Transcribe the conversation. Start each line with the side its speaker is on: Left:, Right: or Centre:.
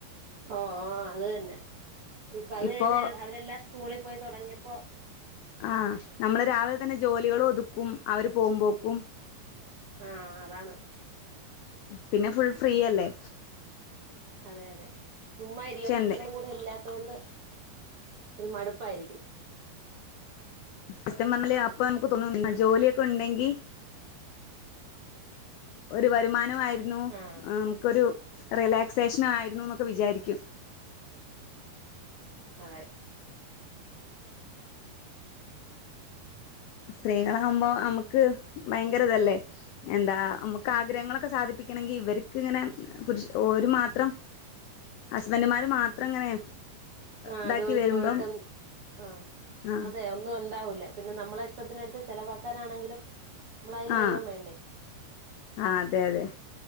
Right: ഓ ഓ അത് തന്നെ ഇപ്പൊ അത്
Left: ഇപ്പോ
Right: കഴിഞ്ഞ് അവരെല്ലാം സ്കൂളിൽ പോയി തുടങ്ങിയപ്പോ.
Left: ആ നമ്മള് രാവിലെ തന്നെ ജോലികളും ഒതുക്കും അവര് പോകുമ്പോക്കും.
Right: ആ അതാണ്.
Left: പിന്നെ ഫുൾ ഫ്രീയല്ലേ.
Right: അതെ അതെ ചുമ്മാ ഇരിയോ കൊച്ചുങ്ങളും
Left: എന്ത്
Right: കൂടെ ഇല്ലാതെ. അതൊണ്ട് ഒരു മടുപ്പായിരിക്കും.
Left: <unintelligible> പറഞ്ഞാല് അപ്പൊ നമുക്ക് തോന്നും <unintelligible> ജോലിയൊക്കെ ഉണ്ടെങ്കി. ഒരു വരുമാനം ആയിരുന്നു
Right: ആഹ്
Left: നമുക്കൊരു. റിലാക്സേഷനും ആയിരുന്നു എന്നൊക്കെ വിചാരിക്കും.
Right: അതെ.
Left: സ്ത്രീകളാവുമ്പോ നമക്ക് ഭയങ്കരതല്ലേ. എന്താ നമുക്ക് ആഗ്രഹങ്ങളൊക്കെ സാധിപ്പിക്കണെങ്കി ഇവർക്ക് ഇങ്ങനെ പുര്ഷ് ഒരു മാത്രം. ഹസ്ബന്റുമാര് മാത്രം ഇങ്ങനെ.
Right: ആ
Left: ഇതാക്കി
Right: ജോലിക്ക്
Left: വരുമ്പം
Right: പോയിട്ട് ആ
Left: ആ
Right: അതെ ഒന്നും ഉണ്ടാവില്ല പിന്നെ നമ്മളെ ഇഷ് ട്ടത്തിന് ചെലവാക്കാനാണെങ്കിലും ഞമ്മളയിൽ
Left: ആ
Right: വെല്ലും വേണ്ടേ.
Left: ആ അതെ അതെ